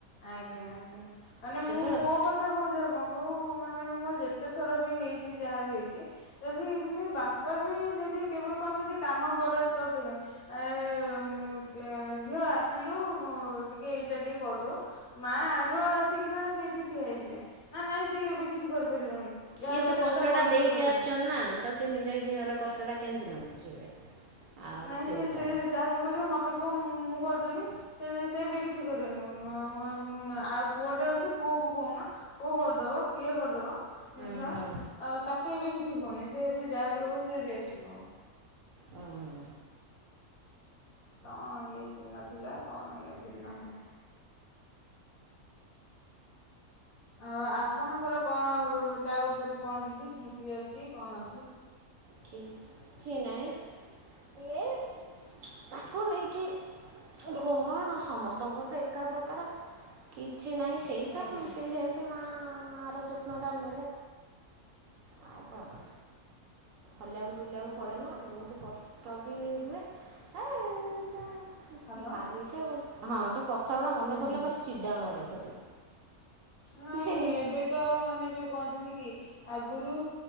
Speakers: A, on the left; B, on the right.
A: ଆଜ୍ଞା ଆଜ୍ଞା ମାନେ
B: ସେତେବେଳେ
A: ମୁଁ ମୋ କଥା କହୁଛି ଆପଣଙ୍କୁ <unintelligible> ମାନେ ମୁଁ ଯେତେଥର ବି ହେଇଚି ଯାହା ବି ହେଇଚି ଯଦି <unintelligible> ବାପା ବି ଯଦି କେବେ କଣ ଯଦି କାମ ବରାଦ କରିଦେବେ <unintelligible> ଝିଅ ଆସିଲୁ <unintelligible> ଟିକିେ ଏଇଟା ଟିକେ କରିଦେଉ। ମା ଆଗ ଆସିକିନା ସେଇଠି ଠିଆ ହେଇଯିବେ ନା ନାଇଁ ସେ ଏବେ କିଛି କରିପାରିବନି।
B: ସିଏ
A: ଯାହା କରିବା
B: ସେ କଷ୍ଟ
A: କଥା ପରେ
B: ଟା ଦେଇକି
A: ସେ କରିବ
B: ଆସିଚନ୍ ନା ତ ସେ ନିଜ ଝିଅରକ କେମିତି ନ ବୁଝିବେ। ଆଉ
A: ନାଇଁ
B: ସେଇଟା
A: ସେ ସେ ଯାହାବ କରିବ ମତେ କୁହ ମୁଁ କରିଦେବି ସେ ସେମିତି କିଛି କିଛି କରିନୁ ଆମେ ବି ଆଉ ପୁଅଟେ ଅଛି ପୁଅକୁ କହୁନା ପୁଅ କରିଦେବ ଇଏ କରିଦବ ଜିନିଷ
B: ହୁଁ ହୁଁ
A: ଆଉ ତାକୁ ଏବେ କିଛି କୁହନି ସେ ଯାହା ବି ହେଉ ସେ ରେଷ୍ଟ ନେବ।
B: ହଁ
A: କଣ ଏଇ ଦିନ ଥିଲା କଣ ଏଇ ଦିନ ହେଲା ଆ ଆପଣଙ୍କର କଣ ତା ଉପରେ କଣ କିଛି ସ୍ମୃତି ଅଛି କଣ ଅଛି-
B: କିଛି ନାଇଁ ଏ ତାକୁ ନେଇକି କଣ ସମସ୍ତଙ୍କର ତ- ଏକା ପ୍ରକାର କି କିଛି ନାହିଁ ସେଇ ତ
A: ଆଜ୍ଞା
B: ସେ ଯେମିତି ମା ମାର ନେ <inaudible> ଆଉ କଣ <inaudible> ପଡ଼େ ନା ବହୁତ କଷ୍ଟ ବି ହୁଏ। ଏ
A: ହ୍ୟାଲୋ
B: ଭାରି ସେ ହଁ ସେ ଗୁଡ଼ା ମନେ
A: ହୁଁ
B: ପଡ଼ିଲେ ଭାରି ଚିଡ଼ା ମାଡ଼େ ଧରି
A: ନାଇଁ
B: ଯେ
A: ଏବେ ତ ମାନେ ଯୋଉ କହନ୍ତିନି କି ଆଗରୁ